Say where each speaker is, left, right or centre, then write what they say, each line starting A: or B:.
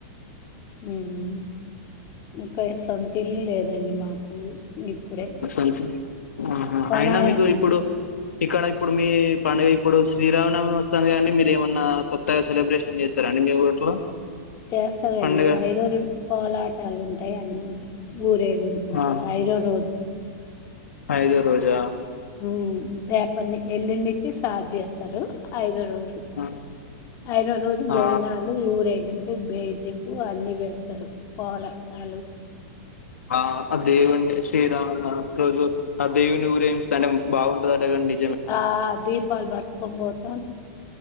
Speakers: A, on the left; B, on the left.
A: మ్మ్ ఇంకా సొంత ఇల్లు లేదండి మాకు ఇప్పుడే
B: మరి సొంతిల్లు ఆహా
A: కొనాలండి
B: అయినా మీకు ఇప్పుడు ఇక్కడ ఇప్పుడు మీ పండుగ ఇప్పుడు శ్రీరామనవమి వస్తుంది కండి మీరు ఏమన్నా కొత్తగా సెలబ్రేషన్ చేస్తారండి మీ ఊర్లో
A: చేస్తాదండి
B: పండుగ
A: ఐదురు పోలాటాలు ఉంటాయి అన్ని ఉంటాయి ఊరే గింపు ఉంటది
B: ఆ
A: ఐదో రోజు
B: ఐదో రోజా
A: మ్మ్ రేప ఎల్లుండిట్టి స్టార్ట్ చేస్తారు అయి దో రోజు
B: ఆ
A: ఐదవ రోజు బోయినాలు
B: ఆ
A: ఊరేగింపు బేజి ఉ అన్నీ వేస్తారు కోలటాలు
B: ఆ అ దేవునే శ్రీ రాముల నవమి రోజు ఆ దేవుని ఊరేగించూతాంటే బాగుంటదటగదండి
A: ఆ దీపాలు పట్టుకొనిపోతాం